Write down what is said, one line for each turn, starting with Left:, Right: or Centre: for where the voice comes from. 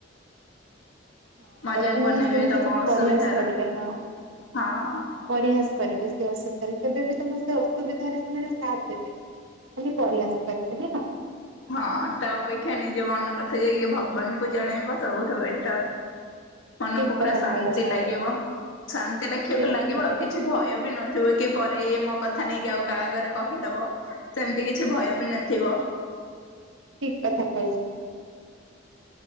Right: ହଁ
Left: ମଜାକ
Right: ଲୋକମାନେ
Left: ବନେଇବେ
Right: ଶୁଣିକି
Left: ତମ
Right: କାଲି
Left: ଅସୁବିଧାର
Right: ପରିହାସ କରିବେ ହଁ।
Left: ହଁ।
Right: ପରିହାସ କରିବେ ସେ ଅସୁବିଧାରେ କେବେ ବିି ତୁମ ସେ ଅସୁବିଧାରେ ସେମାନେ ସାଥ ଦେବେ ମତେ ପରିହାସ କରିବେ <unintelligible>
Left: ହଁ ତା ଅପେକ୍ଷା ନିଜ ମନ କଥା ଯାଇକି ଭଗବାନଙ୍କୁ ଜଣେଇବ ସବୁଠୁ ବେଟର। ମନକୁ
Right: ଠିକ
Left: ପୁରା
Right: କଥା
Left: ଶାନ୍ତି
Right: କହିଲ ସାଙ୍ଗ
Left: ଲାଗିବ ଶାନ୍ତି ଲେଖିବ
Right: ଠିକ
Left: ଲାଗିବ
Right: କଥା
Left: ଆଉ
Right: କହିଲ।
Left: କିଛି ଭୟ ବି ନ ଥିବ କି ପରେ ଇଏ ମୋ କଥା ନେଇକି ଆଉ କାହା ଆଗରେ କହିଦବ ସେମିତି କିଛି ଭୟ ବି ନଥିବ।
Right: ଠିକ କଥା କହିଛ।